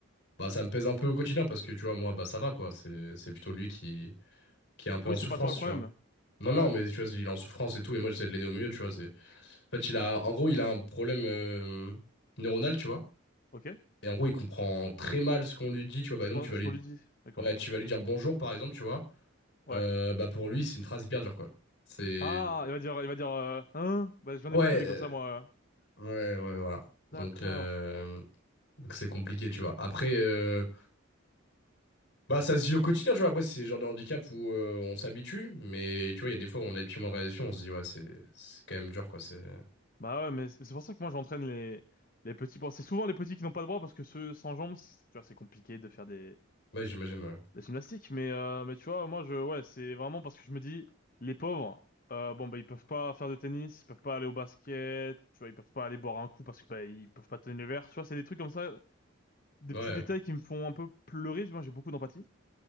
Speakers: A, on the left (about 60°); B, on the left (about 40°).
A: Bah, ça me pèse un peu au quotidien parce que tu vois, moi, bah, ça va quoi. C'est, c'est plutôt lui qui, qui est un peu
B: Oui,
A: en souffrance,
B: c'est pas toi le
A: tu
B: problème.
A: vois. Non,
B: Ouais,
A: non,
B: ouais.
A: mais tu vois, il est en souffrance et tout. Et moi, j'essaie de l'aider au mieux, tu vois. C'est... En fait, il a, en gros, il a un problème euh, neuronal, tu vois.
B: ok.
A: Et en gros, il comprend très mal ce qu'on lui dit, tu vois. Par
B: Ce
A: exemple,
B: qu'on
A: tu vas
B: ce
A: lui,
B: qu'on lui dit, d'accord.
A: ouais, tu vas lui dire bonjour, par exemple, tu vois.
B: Ouais.
A: Euh, bah, pour lui, c'est une phrase hyper dure, quoi. C'est.
B: Ah, il va dire, il va dire, euh, hein? Bah j'en
A: Ouais,
B: ai beaucoup des
A: euh,
B: comme ça, moi.
A: ouais, ouais, voilà. Donc,
B: D'accord.
A: euh, donc c'est compliqué, tu vois. Après, euh, Bah, ça se vit au quotidien, tu vois. Après, c'est le genre de handicap où euh, on s'habitue, mais tu vois, il y a des fois où on a des petits moments de réalisation, on se dit, ouais, c'est c'est quand même dur, quoi. C'est...
B: Bah ouais, mais c'est c'est pour ça que moi j'entraîne les, les petits bras. C'est souvent les petits qui n'ont pas de bras parce que ceux sans jambes, c'est- tu vois, c'est compliqué de faire des,
A: Ouais, j'imagine, ouais.
B: des gymnastiques. Mais, euh, mais tu vois, moi je, ouais, c'est vraiment parce que je me dis, les pauvres, euh, bon, bah ils peuvent pas faire de tennis, ils peuvent pas aller au basket, tu vois, ils peuvent pas aller boire un coup parce que, bah, ils peuvent pas tenir le verre. Tu vois, c'est des trucs comme ça, des
A: Ouais,
B: petits détails qui me font un peu pleurer. Tu vois, j'ai beaucoup d'empathie.